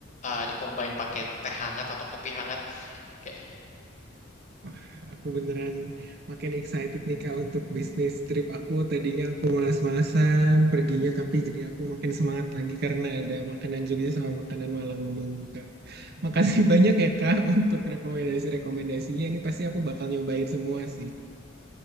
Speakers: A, on the left; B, on the right.
A: eh dikombain pakai teh hangat atau kopi hangat kayak
B: Wah, aku beneran makin excited nih Kak untuk bisnis trip aku. Tadinya aku malas malasan perginya tapi jadi aku makin semangat lagi karena ada makanan Jogja sama makanan Malang menunggu Kak. Makasih banyak ya Kak <laughs> untuk rekomendasi-rekomendasinya. Ini pasti aku bakal nyobain semua sih.